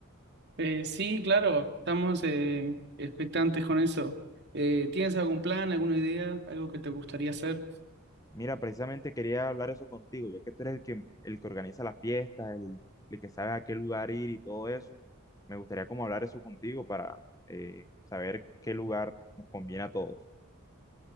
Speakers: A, on the right (about 55°); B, on the left (about 15°).
A: Eh, sí, claro, estamos eh, expectantes con eso. Eh, ¿tienes algún plan, alguna idea, algo que te gustaría hacer?
B: Mira, precisamente quería hablar eso contigo, ya que tú eres el que, el que organiza las fiestas, el, el que sabe a qué lugar ir y todo eso, me gustaría como hablar eso contigo para eh, saber qué lugar nos conviene a todos.